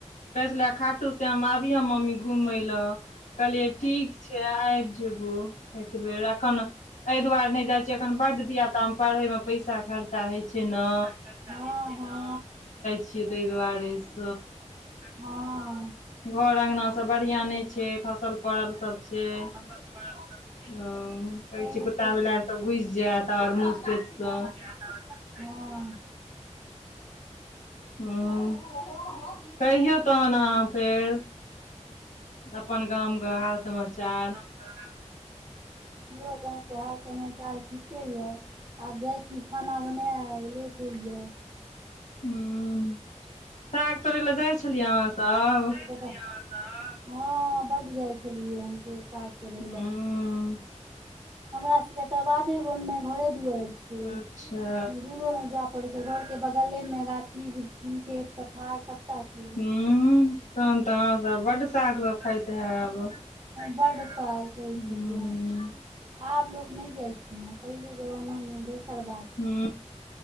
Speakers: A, on the left; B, on the right.
A: कहै छले खाटू श्याम आबियहे मम्मी घूमय लऽ। कहलियै ठीक छै आबि जेबो एकबर एखन अयय दुआरे नहि जाय छी अखन बड्ड दिया पुता मे पढ़य मे पैसा खर्चा होय छै ना।
B: खर्चा होय छै ना।
A: छिय ताहि दुआरे स।
B: हँ
A: घर अंगना सब बढ़िआं नहि
B: हँ
A: छै खसल पड़ल सब छै ओ।
B: सएह तऽ
A: कहै
B: हूँ
A: छै कुत्ता बिल्लाइर सब घुसि जायत और मूस तुस सब।
B: <unintelligible> हँ।
A: हु कहियौ तहन अहाँ फेर अपन गामके हाल समाचार।
B: <unintelligible> हमरो गाँवके हाल समाचार ठीके यऽ आब जाइ छी खाना बनाब आइ लेट होइय।
A: हुं साग तोड़ै ला जाइ छलियए अहाँ सब।
B: अहाँ सब हँ बड जाइ छलियै हमस काग तोरैइ
A: हूँ
B: ला। हमरा सब के तऽ बाधे वन मे घरे दुआरि छी
A: अच्छा
B: दुरो नय जा हमर सब घरके बगलेमे गाछी बिक्षी खेत पथार सबटा छैलया।
A: उन्ह तहन तऽ अहाँ सब बड्ड साग
B: हँ,
A: सब खाइत हैब।
B: बड्ड साग खाय
A: हूँ
B: छलियै आब लोक नहि जाइ छै। पहिले जमाना मे दोसर बात छै।
A: हू